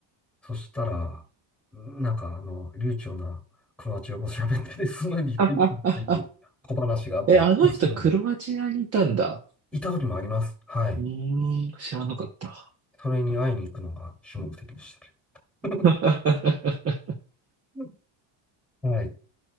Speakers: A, in the centre; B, on the right (about 30°).
A: そしたら、なんかあの、流暢なクロアチア語喋ってて、すごいびっくりっていう小話があったりしますけども、
B: <laughs> ああえ、あの人クロアチアにいたんだ。
A: いた時もあります。はい。
B: うーん、知らなかった。
A: それに会いに行くのが主目的でしたけど。
B: <laughs>
A: <laughs> はい。